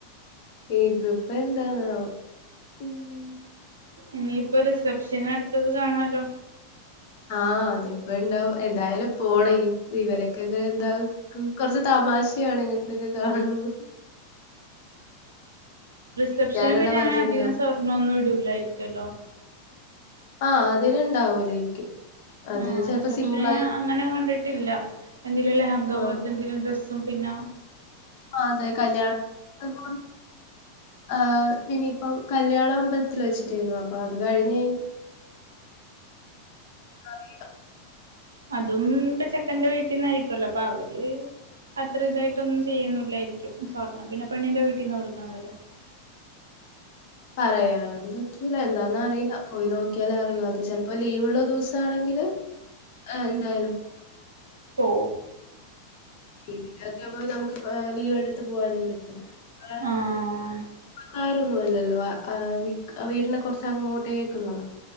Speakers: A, on the left; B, on the right.
A: ഇതിപ്പ എന്താന്നാവോ ഉം.
B: ഇനിയിപ്പൊ റിസപ്ഷന് അടുത്തത് കാണാല്ലോ
A: ആഹ് അതിപ്പോണ്ടാവും എന്തായാലും പോണം ഈ ഇവരക്കൊക്കെ എന്താ കുറച്ച് തമാശയാണ് ഇങ്ങനത്തക്കെ കാണുമ്പോ
B: റിസപ്ഷനിപ്പ
A: ക്കാനുള്ള
B: ഞാനധികം
A: വകയുണ്ടാവും.
B: സ്വർണൊന്നും ഇടൂലായിരിക്കല്ലോ
A: ആ അതിനുണ്ടാവൂലായിരിക്കും അതിന്
B: ആ
A: ചെലപ്പോ
B: റിസപ്ഷന്
A: സിമ്പിളായ
B: ഞാൻ അങ്ങനെ കണ്ടിട്ടില്ല എന്തേലിലും ലെഹങ്ക
A: ആഹ്
B: പോലത്തെ എന്തെങ്കിലും ഡ്രസ് സും പിന്ന
A: അതെ കല്യാണ അതൊണ്ട് ആ ഇനി ഇപ്പ കല്യാണ അമ്പത്തിൽ വെച്ച് <unintelligible> അപ്പൊ അത് കഴിഞ്ഞ് അറീല
B: അതും ഇപ്പ ചെക്കന്റെ വീട്ടിന്നായിരിക്കല്ലോ അപ്പൊ അവര് അത്ര ഇതായിട്ടൊന്നും ചെയ്യൊന്നില്ലായിരിക്കും സ്വർണം പിന്നെ പെണ്ണിന്റെ വീട്ടിന്ന് കൊടുക്കണതല്ലേ.
A: പറയാൻ പറ്റൂല എന്താന്നറീല പോയി നോക്കിയാലേ അറിയൂ അത് ചിലപ്പോ ലീവ്ള്ള ദിവസാണെങ്കില് ഏ എന്തായാലും
B: പോവും
A: ഇവിടൊക്കെ നമുക്കിപ്പോ ലീവ് എടുത്ത് പോവാനും പറ്റൂല ആ
B: ആഹ്
A: കാ രു ഒന്നല്ലല്ലോ ആ ആ വിക് വീടിന് കൊറച്ചെങ്ങോട്ടേക്ള്ളതാ